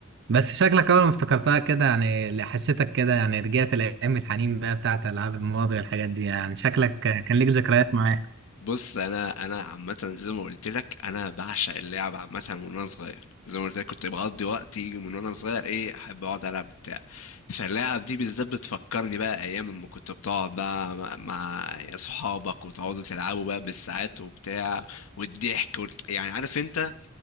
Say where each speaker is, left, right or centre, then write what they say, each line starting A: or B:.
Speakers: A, on the right; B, on the left.
A: بس شكلك اول ما افتكرتها كده يعني اللي حسيتك كده يعني رجعت لايام الحنين بقى بتاعت العاب الماضي والحاجات دي يعني شكلك كان ليك ذكريات معاه
B: بص انا انا عامه زي ما قلت لك انا بعشق اللعب عامه من وانا صغير زي ما قلت لك كنت بقضي وقتي من وانا صغير ايه احب اقعد العب بتاع فاللعب دي بالذات بتفكرني بقى ايام اما كنت بتقعد بقى مع مع صحابك وتقعدوا تلعبوا بقى بالساعات وبتاع والضحك وال... يعني عارف انت